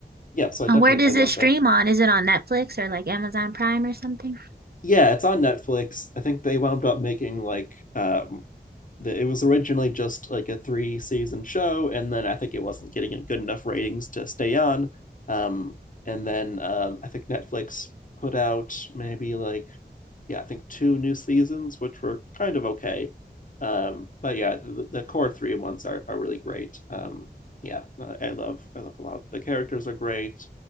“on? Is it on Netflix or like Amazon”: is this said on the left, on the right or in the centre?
Right